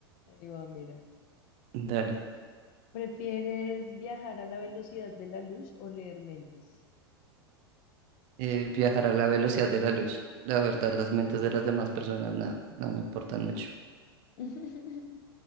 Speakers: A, on the left; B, on the right.
A: Ahí va, mira.
B: Dale,
A: ¿Prefieres viajar a la velocidad de la luz o leer mentes?
B: Eh, viajar a la velocidad de la luz. La verdad, las mentes de las demás personas no, no me importan mucho.
A: <laughs>